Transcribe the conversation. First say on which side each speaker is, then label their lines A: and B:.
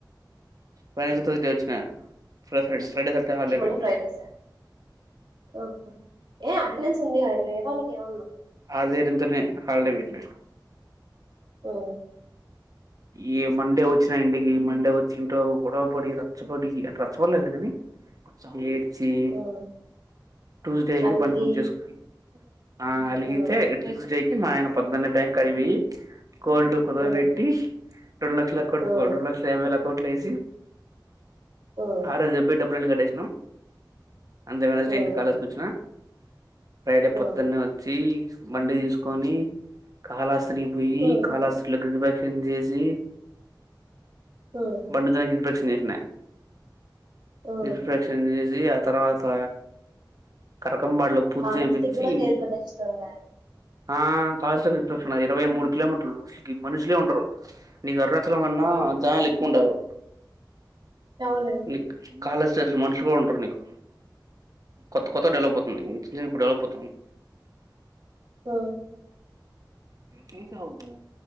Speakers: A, on the right; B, on the right.
A: వెనస్డే ట్యూస్డే వచ్చిన నెక్స్ట్ ఫ్రైడే సాటర్డే హాలిడే
B: కేమలు
A: పెట్టిన
B: ఫ్రైడ్ రైస్ ఓకే ఏ అటెండెన్స్ ఉందిగా లేదా నీకు ఏమన్నా
A: ఆదే ఇంటర్నెట్ హాలిడే పెట్టిన
B: ఓ
A: ఈ మండే వచ్చినా ఇంటికి మండే వచ్చి ఇంట్లో గొడవ పడి రచ్చపడి అ రచ్చపడలేదు కాని ఏడ్చి
B: ఉమ్,
A: ట్యూస్డే
B: అలిగి
A: కి బండి బుక్ చేసుకున్న ఆ అలిగితే
B: ఉమ్,
A: టూస్డే మా ఆయన పొద్దు న్నే బ్యాంక్ కాడికి పోయి గోల్డ్ కూదబెట్టి
B: ఉమ్,
A: రెండు లక్షలు పట్టుకొని
B: ఉమ్,
A: రెండు లక్షల యాబై వేలు అకౌంట్లో వేసి
B: ఉమ్,
A: ఆడ చెప్పే టప్పుడు కట్టేసినం అందుకనే వెనస్డే
B: ఉమ్,
A: ఇంటి కా నుంచి కాలేజ్ కి వచ్చిన ఫ్రైడే పొద్దున్నే
B: ఉమ్,
A: వచ్చి బండి తీసుకొని కాలాస్తి అక్కడికి పోయి
B: ఉమ్,
A: కాళక్షేపం చేసి
B: ఉమ్,
A: బండి మీద ప్రదక్షణ చేసినా
B: ఉమ్.
A: ఇంట్రడాక్షన్ చేసి ఇగ ఆ తర్వాత కరకంబాట్లో పూజ
B: కాళహస్తికి
A: చేపిచ్చి
B: కూడా గిరి ప్రదక్షిణంగా
A: ఆ ప్రదక్షణ ఇరవై మూడు కిలోమీటర్లు అ మనిషి ఉంటరు నీకు అరుణాచలం కన్నా జనాలు ఎక్కువ ఉండరు
B: అవులే
A: నీ కాలేజ్లో మనుషులు కూడా ఉండరు నీకు కొత్త కొత్త గా డెవలప్ అవుతుంది ఇప్పుడు డెవలప్ అవుతుంది
B: ఆ
A: చేసావు నువ్వు